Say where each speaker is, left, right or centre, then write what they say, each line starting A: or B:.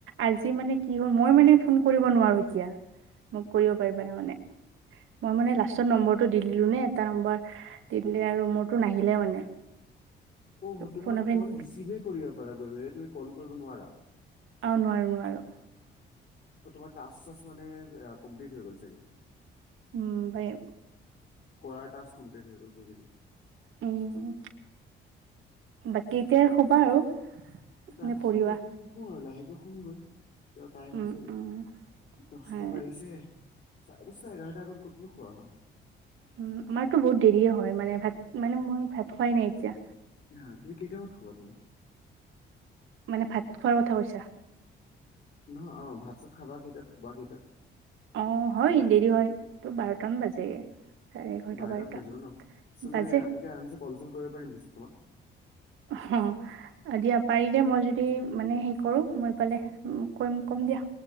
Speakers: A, on the right; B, on the left.
A: আজি মানে কি হ'ল, মই মানে ফোন কৰিব নোৱাৰো এতিয়া, মোক কৰিব পাৰিবা তাৰমানে। মই মানে লাষ্টত নম্বৰটো দি দিলো নে, এটা নম্বাৰ দি দিলে আৰু মোৰতো নাহিলে মানে।
B: অ, হ, তুমি
A: ফোন
B: মানে
A: আ ফ্ৰেণ্ড
B: ক'ল ৰিচিভহে কৰিব পাৰাগৈ, মানে তুমি ক'ল কৰিব নোৱাৰা।
A: অ, নোৱাৰো নোৱাৰো।
B: অ, তোমাৰ টাস্ক-চাস্ক মানে কমপ্লিট হৈ গ'ল চাগে।
A: উম, হয়।
B: কৰাৰ টাস্ক কমপ্লট হৈ গ'ল, বুজিলো।
A: উম, বাকী এতিয়া, সোবা আৰু।
B: বাকী
A: এনে পঢ়িবা
B: এতিয়া নুখো আৰু লাহেকৈ খোমগৈ, তেওঁ টাইম
A: উম
B: আছেগৈ।
A: উম
B: দশটা
A: হয়
B: বাঢ়িছে, চাৰে দশটা এঘাৰটা আগত ক'তনো খোৱা হয়।
A: উম আমাৰতো বহুত দেৰিয়ে হয় মানে ভাত মানে মই ভাত খোৱাই নাই এতিয়া।
B: হা তুমি কেইটাইমত খোৱা তুমি?
A: মানে ভাত খোৱাৰ কথা কৈছা?
B: নহয় অ, ভাত - চাত খাবা কেইটাত? শুবা কেইটাত?
A: অ হয় দেৰি হয়, তোৰ বাৰটামান বাজে। চাৰে এঘাৰটা
B: বাৰটামান
A: বাৰটা
B: বাজিব ন পিছত
A: বাজে
B: মানে ৰাতিকে আৰামচে কল - চল কৰিব পাৰিম পিছত তোমাক?
A: অ হ হ অ দিয়া পাৰি দে, মই যদি মানে হে কৰো, মই পালে উম কৰিম কম দিয়া।